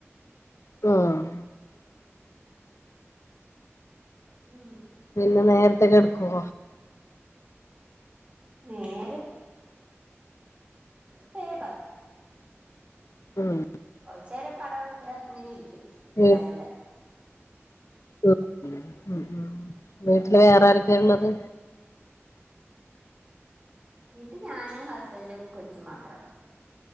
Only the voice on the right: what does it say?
ഉം
നേര ത്തേ പ
കൊറച്ചേരം പട ഒക്കെ കണ്ട് ഇങ്ങനെ ഇരിക്കും.
എല്ലാരൂടെ
വീട്ടി ഞാനും, ഹസ്ബൻഡും, കൊച്ചും മാത്രം.